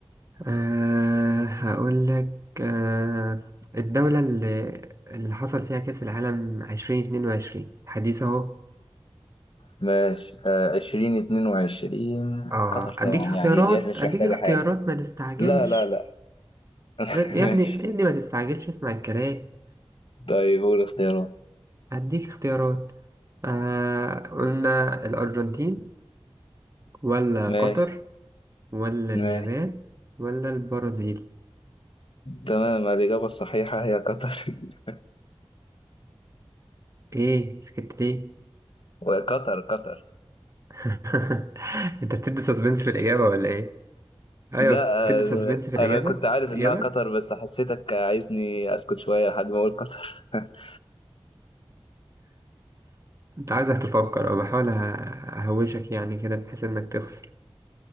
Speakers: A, on the right; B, on the left.
A: أه هقول لك أه الدولة اللي, اللي حصل فيها كأس العالم عشرين اتنين وعشرين حديث أهو
B: ماشي آه، عشرين اتنين وعشرين
A: اه
B: قطر
A: أديك
B: طبعا
A: اختيارات
B: يعني ديت مش
A: أديك
B: محتاجة
A: اختيارات
B: حاجة
A: ما تستعجلش
B: لا لا لا <laughs>
A: لا يا
B: ماشي
A: ابني يا ابني ما تستعجلش اسمع الكلام
B: طيب قول اختيارات
A: أديك اختيارات أه قلنا الأرجنتين ولا
B: ماشي
A: قطر ولا
B: ماشي
A: اليابان ولا البرازيل
B: تمام الإجابة الصحيحة هي قطر <laughs>
A: ايه سكت ليه
B: وقطر قطر
A: <laughs> انت بتدي سسبنس في الإجابة ولا ايه ايوه
B: لا
A: بتدي
B: آه،
A: سسبنس في
B: أنا
A: الإجابة
B: كنت عارف
A: الإجابة
B: إنها قطر بس حسيتك عايزني أسكت شوية لحد ما أقول قطر <laughs>
A: انت عايزك تفكر أو بحاول أه- اهوشك يعني كده بحيث انك تخسر